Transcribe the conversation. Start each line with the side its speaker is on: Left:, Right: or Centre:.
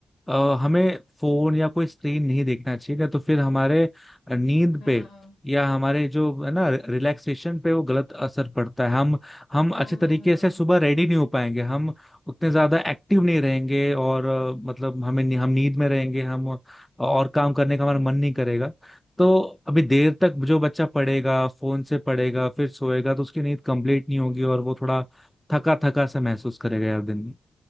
Centre: अ, हमें फोन
Left: हम्म
Centre: या कोई स्क्रीन नहीं देखना चाहिए नहीं तो फिर हमारे नींद
Left: हाँ
Centre: पे या हमारे जो है ना रिलैक्सेशन पे वो गलत असर पड़ता है हम हम अच्छे
Left: हाँ
Centre: तरीके
Left: हाँ हाँ
Centre: से सुबह रेडी नहीं हो पाएंगे हम उतने ज्यादा एक्टिव नहीं रहेंगे और अ, मतलब हमें हम नींद में रहेंगे हम और काम करने का
Left: हम्म
Centre: हमारा मन नहीं करेगा तो अभी देर तक जो बच्चा पढ़ेगा फोन से पढ़ेगा फिर सोएगा तो उसकी नींद कंप्लीट नहीं होगी और वो थोड़ा थका थका सा महसूस करेगा यार दिन में